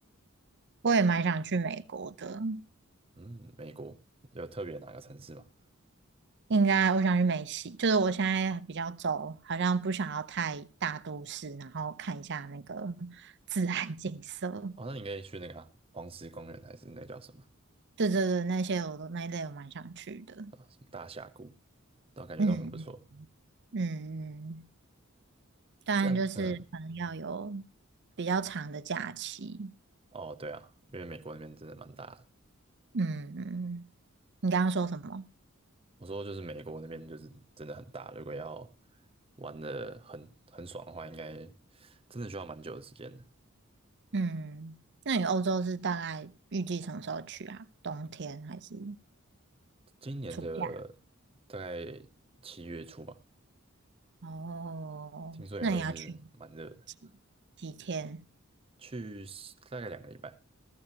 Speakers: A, on the right; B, on the right.
A: 我也蛮想去美国的。
B: 嗯，美国有特别哪个城市吗？
A: 应该我想去美西，就是我现在比较走，好像不想要太大都市，然后看一下那个自然景色。
B: 哦，那你可以去那个啊，黄石公园，还是那叫什么
A: 对对对，那些我都那一类我蛮想去的。
B: 什么大峡谷，都感觉都很不错。
A: 嗯嗯嗯。当然就是可能要有
B: 但嗯，
A: 比较长的假期。
B: 哦，对啊，因为美国那边真的蛮大的。
A: 嗯，你刚刚说什么？
B: 我说就是美国那边就是真的很大，如果要玩的很很爽的话，应该真的需要蛮久的时间的。
A: 嗯，那你欧洲是大概预计什么时候去啊？冬天还是
B: 今年的
A: 暑假？
B: 大概七月初吧，
A: 哦，
B: 听说也会是蛮热的，
A: 那你要去几几天？
B: 去大概两个礼拜，